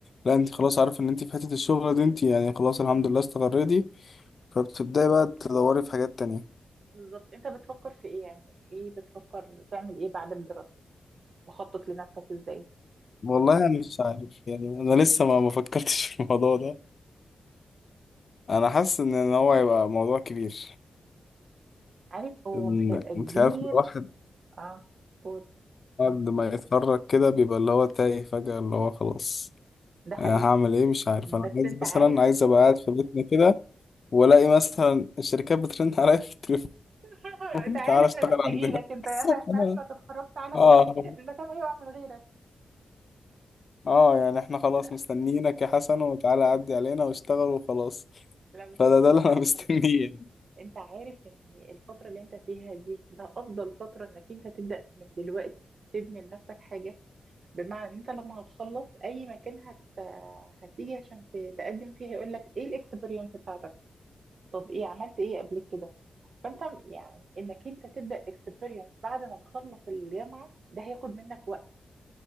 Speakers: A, on the left; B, on the right.
A: لا انت خلاص عارفه ان انت في حته الشغل دي انت يعني خلاص الحمد لله استقريتي فبتبداي بقى تدوري في حاجات تانية
B: بالظبط انت بتفكر في ايه يعني ايه بتفكر تعمل ايه بعد الدراسة مخطط لنفسك ازاي
A: والله انا مش عارف يعني انا لسه ما ما فكرتش في الموضوع ده انا حاسس ان إن هو هيبقى موضوع كبير
B: عارف هو
A: إن-
B: مش هيبقى كبير
A: انت عارف الواحد
B: اه قول
A: بعد ما يتخرج كده بيبقى اللي هو تايه فجأة اللي هو خلاص
B: ده حقيقي
A: أنا هعمل ايه مش عارف
B: بس
A: انا عايز
B: انت
A: مثلا
B: عارف
A: عايز ابقى قاعد في بيتنا كده والاقي مثلا الشركات بترن <laughs> عليا في التليفون
B: <laughs>
A: <laughs>
B: تعالى
A: تعالى
B: احنا
A: اشتغل
B: محتاجينك
A: عندنا
B: انت
A: <laughs>
B: <laughs> احنا
A: انا
B: عارفين انك اتخرجت تعالى
A: اه
B: احنا المكان هيقع من غيرك
A: اه يعني احنا خلاص
B: لا
A: مستنيينك يا حسن وتعالى عدي علينا واشتغل وخلاص
B: لا بس
A: فده
B: هقول
A: ده اللي
B: لك
A: انا
B: على
A: <laughs> مستنيه
B: حاجة
A: يعني
B: انت عارف ان الفترة اللي انت فيها دي ده افضل فترة انك انت تبدأ من دلوقتي تبني لنفسك حاجة بمعنى ان انت لما هتخلص اي مكان هت... هتيجي عشان ت- تقدم فيه هيقول لك ايه الاكسبيرينس بتاعتك طب ايه عملت ايه قبل كده فانت يعني انك انت تبدا اكسبيرينس بعد ما تخلص الجامعه ده هياخد منك وقت